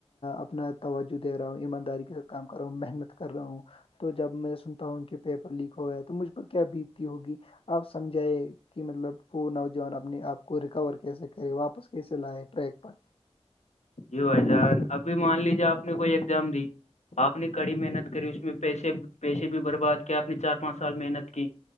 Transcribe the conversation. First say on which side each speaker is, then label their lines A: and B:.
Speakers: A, on the left; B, on the left.
A: اپنا توجہ دے رہا ہوں ایمانداری کے ساتھ کام کر رہا ہوں محنت کر رہا ہوں تو جب میں سنتا ہوں کہ پیپر لیک ہو گا ہے تو مجھ پر کیا بیتی ہوگی آپ سمجھائے کہ مطلب وہ نوجوان اپنے آپ کو ریکور کی سکتے کرے واپس کیسے لائے ٹریک پر
B: یہی بھائی جان ابھی مان لیجیے آپ نے کوئی ایگزام دی آپ نے کڑی محنت کری اس میں پیسے پیسے بھی برباد کیا آپ نے چار پانچ سال محنت کی